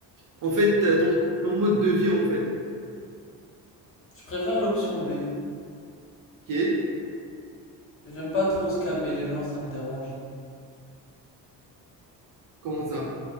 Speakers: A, on the right; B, on the left.
A: En fait, t'as ton, ton mode de vie en fait.
B: Je préfère l'option B.
A: Ok?
B: J'aime pas trop scammer les gens, ça me dérange.
A: Comment ça?